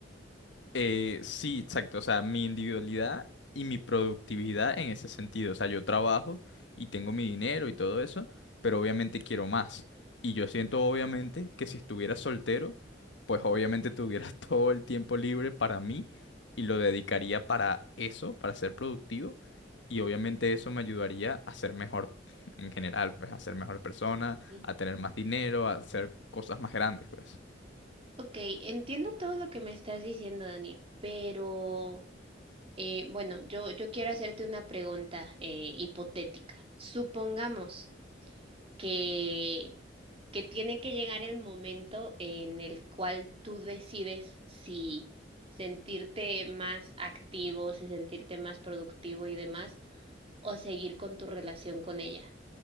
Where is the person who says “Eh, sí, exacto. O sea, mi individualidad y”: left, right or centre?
Left